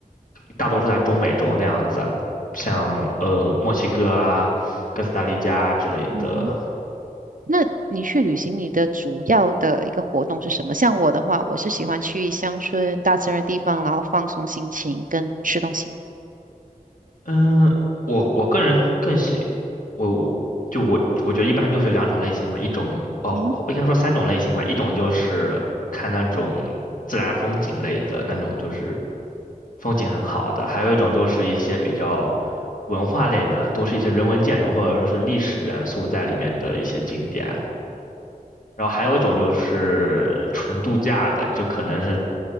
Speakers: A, on the left; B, on the right.
A: 大多数在中美洲那样子啊像呃墨西哥啊、哥斯达黎加之类的。
B: 嗯哼。那你去旅行，你的主要的一个活动是什么？像我的话，我是喜欢去乡村、大自然的地方，然后放松心情跟吃东西。
A: 嗯，我我个人更喜，我就我我觉得一般就是两种类型嘛，一种哦，
B: 嗯哼
A: 应该说三种类型吧，一种就是看那种自然风景类的那种，就是风景很好的，还有一种就是一些比较文化类的，都是一些人文建筑或者说是历史元素在里面的一些景点。然后还有一种就是纯度假的，就可能是